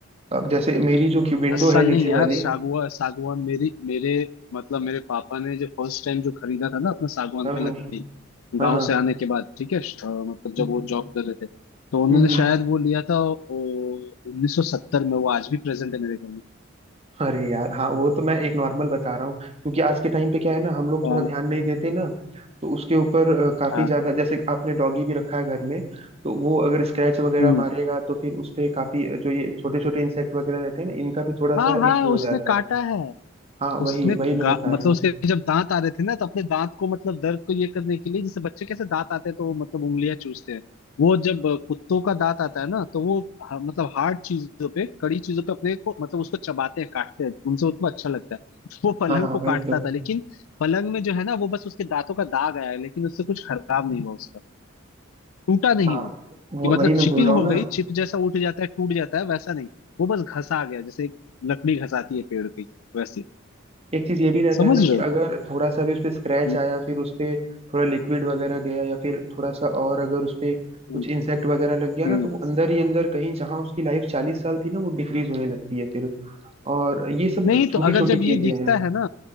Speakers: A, on the right; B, on the left.
A: अब जैसे मेरी जो विंडो
B: दस
A: है
B: साल
A: नीचे
B: नहीं यार
A: वाली
B: सागवा सागवान मेरी मेरे मतलब मेरे पापा ने जो फर्स्ट टाइम जो खरीदा था ना अपना सागवान
A: हाँ
B: का
A: हाँ
B: लकड़ी
A: हाँ
B: गांव
A: हाँ
B: से आने के बाद ठीक है अ, मतलब
A: हम्म
B: जब वो जॉब कर रहे थे तो उन्होंने
A: हम्म। हम्म।
B: शायद वो लिया था उन्नीस सौ सत्तर में वो आज भी प्रेजेंट है मेरे घर में
A: अरे यार हाँ वो तो मैं एक नॉर्मल बता रहा हूँ क्योंकि आज के टाइम पे क्या है ना हम लोग
B: हाँ
A: थोड़ा ध्यान नहीं देते ना तो उसके ऊपर अ, काफी
B: हाँ
A: ज्यादा जैसे आपने डॉगी भी रखा है घर में तो वो अगर स्क्रैच वगैरह
B: हम्म
A: मारेगा तो फिर उस पे काफी अ, जो ये छोटे छोटे इंसेक्ट वगैरह रहते हैं ना इनका भी थोड़ा
B: हाँ
A: सा
B: हाँ
A: इशू हो
B: उसने
A: जाता
B: काटा
A: है
B: है
A: हाँ वही
B: उसने
A: वही मैं
B: गा-
A: बता
B: मतलब
A: रहा हूँ
B: उसके जब दांत आ रहे थे ना तो अपने दांत को मतलब दर्द को ये करने के लिए जैसे बच्चे कैसे दांत आते हैं तो वो मतलब उंगलियां चूसते हैं वो जब अ, कुत्तों का दांत आता है ना तो वो ह- मतलब हार्ड चीजों पे कड़ी चीजों पे अपने को मतलब उसको चबाते हैं काटते हैं उनसे उनको अच्छा लगता है <laughs> वो पलंग
A: हाँ हाँ
B: को
A: वही
B: काटता
A: तो
B: था लेकिन पलंग में जो है ना वो बस उसके दांतों का दाग आया है, लेकिन उससे कुछ खराब नहीं हुआ उसका टूटा नहीं
A: हाँ
B: वो
A: वो
B: कि मतलब
A: वही मैं
B: चिपिंग
A: बोल रहा हूँ
B: हो
A: ना
B: गई चिप जैसा उठ जाता है टूट जाता है वैसा नहीं वो बस घसा गया जैसे एक लकड़ी घसाती है पेड़ की वैसे
A: एक चीज ये भी रहता
B: समझ
A: है ना कि
B: रहे
A: अगर थोड़ा सा भी उस पे स्क्रैच
B: हो
A: आया फिर उस पे थोड़ा लिक्विड वगैरह गया या फिर थोड़ा सा और अगर उस पे
B: हम्म,
A: कुछ इंसेक्ट वगैरह लग गया
B: हम्म।
A: ना तो वो अंदर ही अंदर कहीं जहां उसकी लाइफ चालीस साल थी ना वो डिक्रीज होने लगती है फिर और ये सब
B: नहीं
A: छोटी
B: तो अगर
A: छोटी
B: जब ये
A: चीजें
B: दिखता
A: हैं
B: है ना